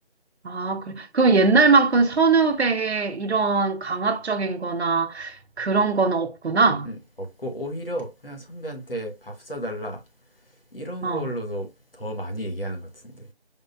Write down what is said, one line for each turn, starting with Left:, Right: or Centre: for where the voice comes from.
Right: 아, 그래. 그럼 옛날만큼 선후배의 이런 강압적인 거나 그런 건 없구나.
Left: 음, 없고 오히려 그냥 선배한테 밥 사달라 이런
Right: 어.
Left: 걸로도 더 많이 얘기하는 것 같은데